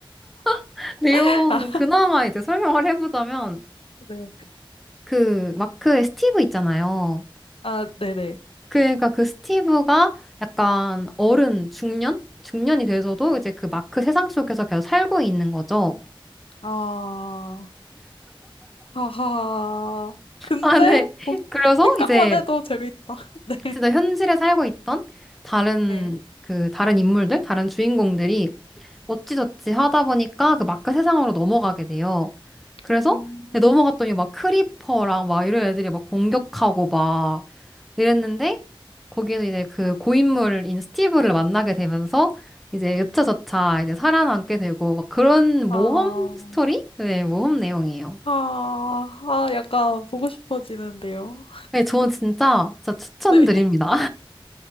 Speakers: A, in the centre; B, on the left.
A: <laughs> 내용
B: <laughs> 아,
A: 그나마 이제 설명을 해보자면
B: 네.
A: 그 마크의 스티브 있잖아요.
B: 아, 네네.
A: 그러니까 그 스티브가 약간 어른 중년? 중년이 돼서도
B: 네.
A: 이제 그 마크 세상 속에서 계속 살고 있는 거죠.
B: 아, 하하. 근데
A: 아, 네.
B: 뭐,
A: 그래서
B: 생각만
A: 이제
B: 해도 재밌다. <laughs> 네.
A: 진짜 현실에 살고 있던 다른
B: 네.
A: 그 다른 인물들, 다른 주인공들이 어찌저찌 하다 보니까 그 마크 세상으로 넘어가게 돼요. 그래서
B: 음,
A: 네, 넘어갔더니 막 크리퍼랑 막 이런 애들이 막 공격하고 막 이랬는데 거기에서 이제 그 고인물인 스티브를 만나게 되면서 이제 여차저차 이제 살아남게 되고 막 그런
B: 아.
A: 모험 스토리? 네, 모험 내용이에요.
B: 아, 아, 약간 보고 싶어지는데요.
A: 네, 저는 진짜 진짜 추천드립니다.
B: 네.